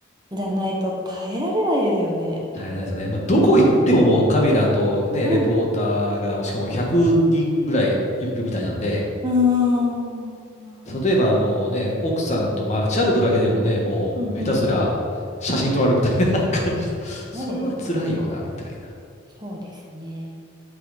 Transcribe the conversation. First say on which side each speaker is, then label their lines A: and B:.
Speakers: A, on the right; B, on the left.
A: じゃないと耐えられないですよね。
B: <laughs> 大変なんですよね。<laughs> まあ、どこ行ってももうカメラとね、
A: うん。
B: レポーターが、しかも100人ぐらいいるみたいなんで、
A: うーん。
B: 例えばあのね、奥さんと街歩くだけでもね、もう下手すら写真撮られるみたいな
A: うんうん。
B: <laughs> 感じだ。<laughs>
A: そうですね。
B: それは辛いよな、みたいな。
A: そうですね。